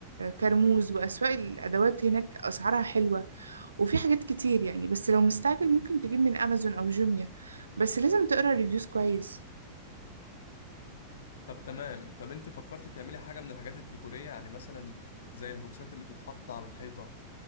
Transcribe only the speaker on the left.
طب تمام طب انت فكرت تعملي حاجة من الحاجات الديكورية يعني مثلا زي البوكسات اللي بتتحط على الحيطة